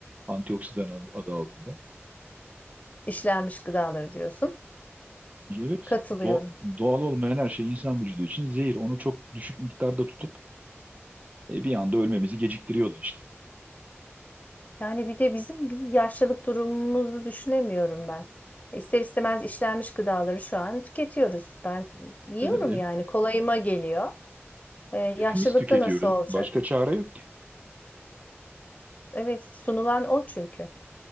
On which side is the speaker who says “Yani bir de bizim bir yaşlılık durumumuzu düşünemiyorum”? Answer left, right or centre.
Left